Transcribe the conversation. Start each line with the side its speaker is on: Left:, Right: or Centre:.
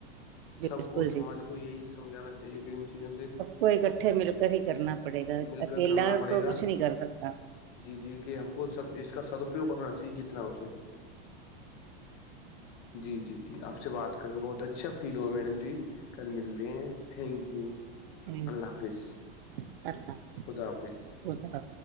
Right: بالکل
Left: سب کو سماج
Right: جی
Left: کو یہی سمجھانا چاہیے کہ ان چیزوں سے
Right: کوئی ککٹھے مل کر ہی کرنا پڑے گا
Left: مل کر
Right: اکیلا
Left: کرنا پڑے
Right: تو
Left: گا
Right: کچھ نہیں کر سکتا
Left: جی جی کہ ہم کو سب اس کا سدپیوگ کرنا چاہیے جتنا ہو سکے اتنا جی جی جی آپ سے بات کر کے بہت اچھا فیل ہوا میڈم جی کل ملتے ہیں تھینک یو
Right: ہوں
Left: اللہ حافظ خدا حافظ
Right: بھ